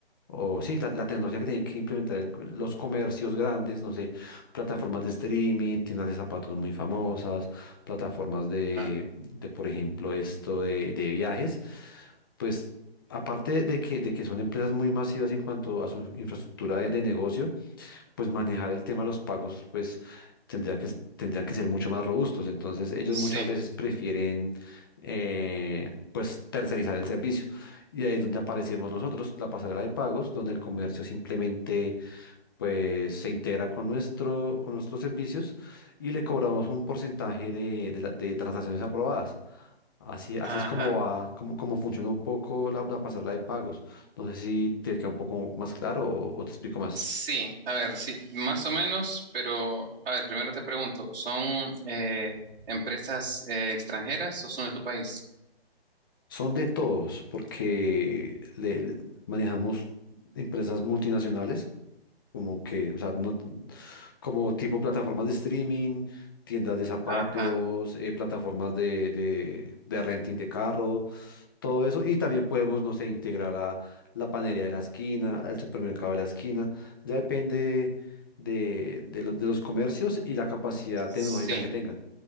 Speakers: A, on the left; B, on the right.
A: o sí, la, la tecnología que tiene que implementar el- los comercios grandes, no sé, plataformas de streaming, tiendas de zapatos muy famosas, plataformas de,
B: Ah,
A: de, por ejemplo, esto de, de viajes, pues aparte de que, de que son empresas muy masivas en cuanto a su infraestructura de, de negocio, pues manejar el tema de los pagos, pues tendría que, tendrían que ser mucho más robustos. Entonces, ellos
B: Sí,
A: muchas veces prefieren, eh, pues, tercerizar el servicio. Y ahí es donde aparecemos nosotros, la pasarela de pagos, donde el comercio simplemente, pues, se integra con nuestro, con nuestros servicios y le cobramos un porcentaje de, de la- de transacciones aprobadas. Así, así
B: ajá.
A: es como va, como, como funciona un poco la, la pasarela de pagos. No sé si te queda un poco más claro o o te explico más.
B: Sí, a ver, sí, más o menos, pero a ver, primero te pregunto, ¿son eh, empresas eh, extranjeras o son de tu país?
A: Son de todos, porque le, le- manejamos empresas multinacionales, como que, o sea, no, como tipo plataformas de streaming, tiendas de zapatos,
B: Ajá,
A: eh, plataformas de, de, de renting de carro, todo eso. Y también podemos, no sé, integrar a la panería de la esquina, al supermercado de la esquina. Ya depende de, de lo- de los comercios y la capacidad
B: sí.
A: tecnológica que tengan.